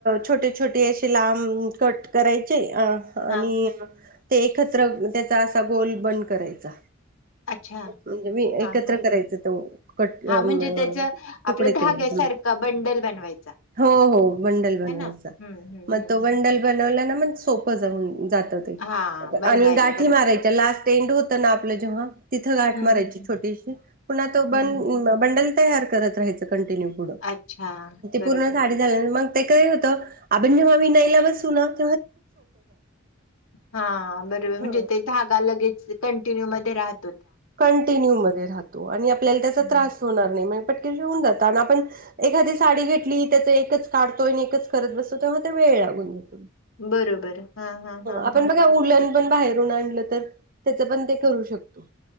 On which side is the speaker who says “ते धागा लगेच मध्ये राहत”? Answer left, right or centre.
Left